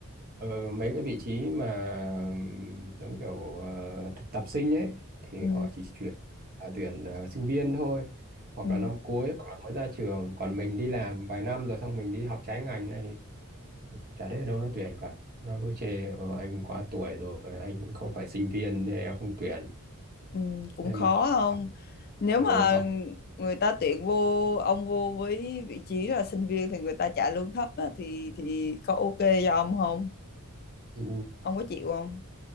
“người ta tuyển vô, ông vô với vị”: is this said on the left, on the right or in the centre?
Left